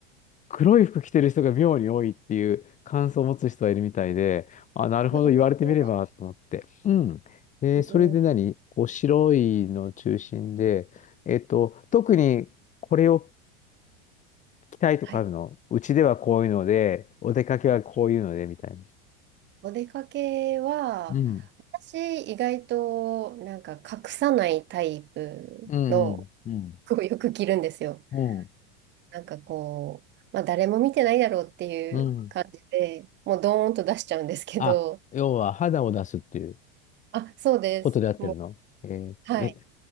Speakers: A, on the left (about 25°); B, on the right (about 40°).
A: 黒い服着てる人が妙に多いっていう感想を持つ人がいるみたいで、あ、なるほど、
B: お出か
A: 言われてみればと思って。うん。で、
B: けうんうん
A: それで何こう白いの中心で、えっと、特にこれを着たいとかあるのうちではこういうので、
B: はい。
A: お出かけはこういうので、みたいな。
B: お出かけは、
A: うん。
B: 私、意外と、なんか、隠さないタイプの
A: うん。うん。
B: 服をよく着るんですよ。
A: うん。
B: なんかこう、まあ、誰も見てないだろうっていう感じで、
A: うんうん
B: もう、ドーンと出しちゃうんですけど、
A: あ、要は肌を出すっていう
B: あ、そうです。
A: ことでやってるのえーえ、
B: もう、はい。